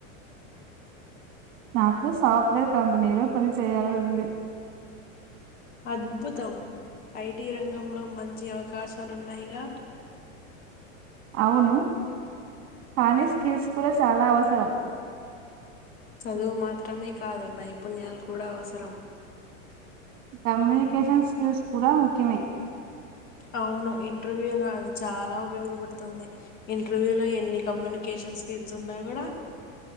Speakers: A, on the right; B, on the left.
A: నాకు సాఫ్ట్వేర్ కంపెనీలో పని చేయాలని ఉంది.
B: అద్భుతం. ఐటి రంగంలో మంచి అవకాశాలున్నాయిగా.
A: అవును. కానీ, స్కిల్స్ కూడ చాలా అవసరం.
B: చదువు మాత్రమే కాదు. నైపుణ్యాలు కూడ అవసరం.
A: కమ్యూనికేషన్ స్కిల్స్ కూడ ముఖ్యమే.
B: అవును ఇంటర్వ్యూ లో అది చాలా ఉపయోగపడుతుంది. ఇంటర్వ్యూ లో ఎన్ని కమ్యూనికేష స్కిల్స్ ఉన్నా కూడా,